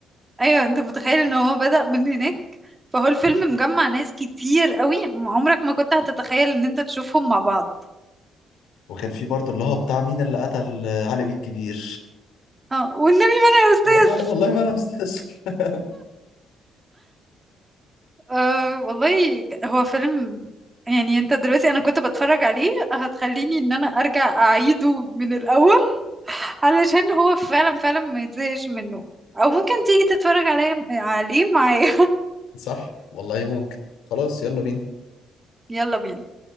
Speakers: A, on the right; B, on the left.
A: ايوه انت متخيل ان هو بدأ من هناك فهو الفيلم مجمع ناس كتير قوي عمرك ما كنت هتتخيل ان انت تشوفهم مع بعض
B: وكان في برضه اللي هو بتاع مين اللي قتل علي بيه الكبير
A: اه والنبي ما انا يا استاذ
B: والله والله ما انا مستسلم <laughs>
A: أه والله ك- هو فيلم يعني انت دلوقتي انا كنت بتفرج عليه هتخليني ان انا ارجع اعيده من الاول علشان هو فعلا فعلا ما يتزهقش منه او ممكن تيجي تتفرج عليا عليه معايا
B: صح والله ممكن خلاص يلا بينا
A: <laughs> يلا بينا